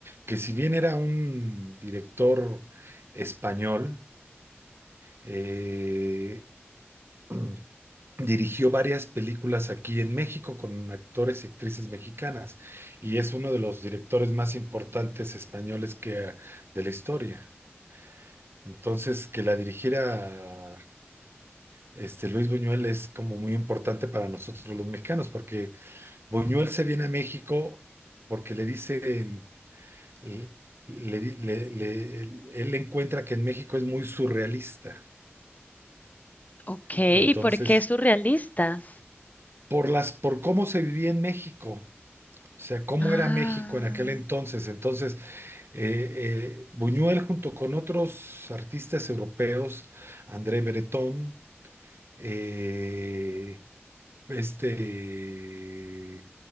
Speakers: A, on the right; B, on the left.
A: que si bien era un director español, eh, <clears throat> dirigió varias películas aquí en México con actores y actrices mexicanas y es uno de los directores más importantes españoles que de la historia. Entonces, que la dirigiera este Luis Buñuel es como muy importante para nosotros los mexicanos porque Buñuel se viene a México porque le dicen, le- le- le- le- él encuentra que en México es muy surrealista.
B: Ok, ¿y
A: Y entonces,
B: por qué es surrealista?
A: por las, por cómo se vivía en México, o sea, cómo
B: Ah.
A: era México en aquel entonces. Entonces, eh, eh, Buñuel junto con otros artistas europeos, André Breton, eh, este